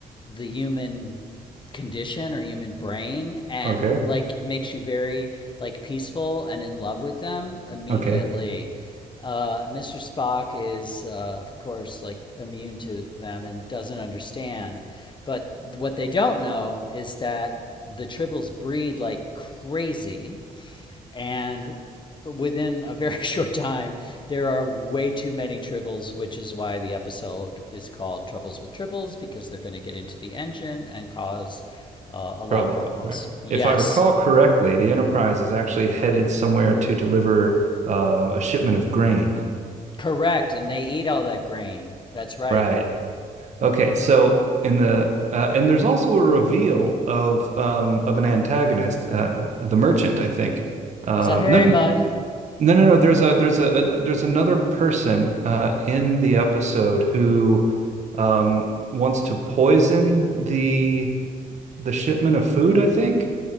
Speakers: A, on the left; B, on the right.
A: the human condition or human brain and
B: Okay.
A: like it makes you very like peaceful and in love with them immediately
B: Okay.
A: uh, Mr. Spock is, uh, of course, like immune to them and doesn't understand. But what they don't know is that the tribbles breed like crazy and within a very <laughs> short time there are way too many triples which is why the episode is called troubles with triples because they're going to get into the engine and cause uh, a lot
B: Trouble.
A: of problems
B: All right.
A: yes
B: If I recall correctly, the Enterprise is actually headed somewhere to deliver uh, a shipment of grain.
A: correct and they eat all that grain that's right
B: Right. Okay. So in the uh, and there's also a reveal of um, of an antagonist, uh, the merchant, I think. Um,
A: is that harry
B: no,
A: mud
B: No, no, no. There's a there's a, a- there's another person uh, in the episode who um, wants to poison the the shipment of food, I think.